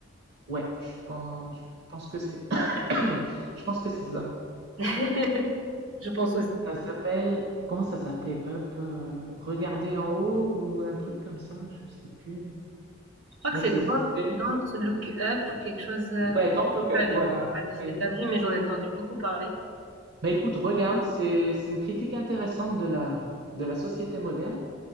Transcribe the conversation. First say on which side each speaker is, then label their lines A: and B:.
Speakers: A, on the right; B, on the right.
A: Ouais, je pense, je pense que c'est, <coughs> je pense que c'est ça.
B: <laughs> Je pense aussi.
A: Ça s'appelle, comment ça s'appelait Up? euh, Regarder en haut ou un truc comme ça, je sais plus.
B: Je crois que
A: Ouais,
B: c'est
A: c'est-
B: Don't,
A: c'était
B: Don't Look Up ou quelque chose. euh,
A: Ouais, donc
B: j'ai
A: le Cup,
B: pas vu.
A: voilà.
B: Ouais, je
A: C'est-
B: l'ai pas vu, mais j'en ai entendu beaucoup parler.
A: Bah écoute, regarde, c'est c'est une critique intéressante de la, de la société moderne.